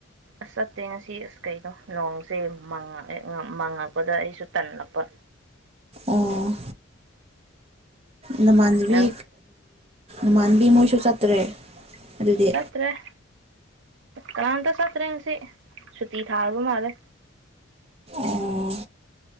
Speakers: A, on the right; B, on the right.
A: ꯑꯁ ꯆꯠꯇꯦ ꯉꯁꯤ ꯆꯁ ꯀꯩꯅꯣ ꯅꯣꯡꯁꯦꯉꯛꯑꯦ ꯃꯥꯡꯉꯛꯄꯗ ꯑꯩꯁꯨ ꯇꯜꯂꯛꯄ
B: ꯑꯣ ꯅꯃꯥꯖꯕꯤ
A: ꯅꯪ
B: ꯏꯥꯟꯕꯤ ꯃꯣꯏꯁꯨ ꯆꯠꯇ꯭ꯔꯦ ꯑꯗꯨꯗꯤ
A: ꯆꯠꯇ꯭ꯔꯦ ꯀꯅꯥꯝꯇ ꯆꯠꯠꯇ꯭ꯔꯦ ꯁꯤ ꯁꯨꯇꯤ ꯊꯥꯔꯕ ꯃꯥꯜꯂꯦ
B: ꯑꯣ